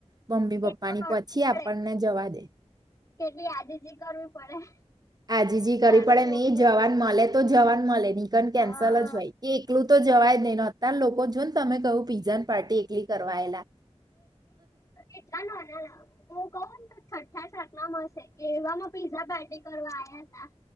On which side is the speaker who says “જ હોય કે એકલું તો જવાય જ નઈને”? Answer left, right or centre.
Right